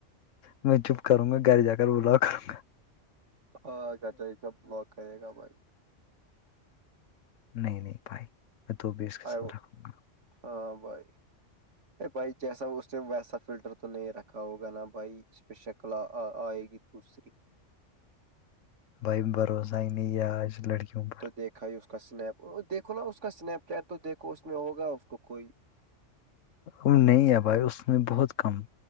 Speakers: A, on the left; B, on the right.
A: میں چپ کروں گا گھر جا کر بولاؤ کروں گا
B: ہاںگر کیا بلاک کرے گا بھائی
A: نہیں نہیں بھائی میں تو بھی اس کے
B: ارے
A: ساتھ رکھوں گا
B: ہاں بھائی ا بھائی جیسا اسٹ ویسا فلٹر تو نہیں رکھا ہوگا نا بھائی ج پہ شکل آئے گی دوسری
A: بھائی بھروسہ ن یہ آج لڑکیوں کو
B: تو دیکھا ہی اس کا سنیپ دیکھو نا اس کا سنیپ چیٹ تو دیکھو اس میں ہوگا اس کو کوئی
A: ا نہیں ہے بھائی اس نے بہت کم